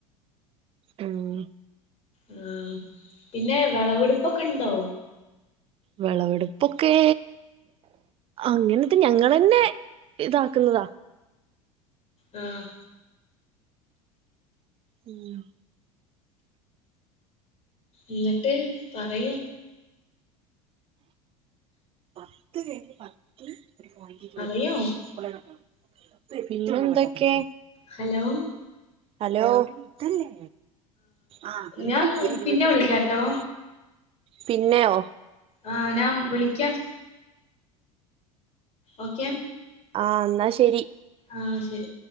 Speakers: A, on the right; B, on the left.
A: ഉം
B: ഉം പിന്നെ വിളവെടുപ്പൊക്കെ ഉണ്ടോ
A: വിളവെടുപ്പൊക്കെ അങ്ങനത് ഞങ്ങളന്നെ ഇതാക്കുന്നതാ
B: ഉം
A: ഉം
B: ഇന്നിട്ട് പറയൂ
A: പത്ത് കഴിഞ്ഞ് <unintelligible>
B: പറയൂ
A: പിന്നെന്തൊക്കെ?
B: ഹലോ?
A: ഹലോ ഇതല്ലേ ആഹ് <unintelligible>
B: ഞാൻ പിന്നെ വിളിക്കാട്ടോ
A: പിന്നെയോ
B: ആഹ് നാം വിളിക്കാം ഓക്കേം
A: ആഹ് ന്നാ ശരി
B: ആഹ് ശരി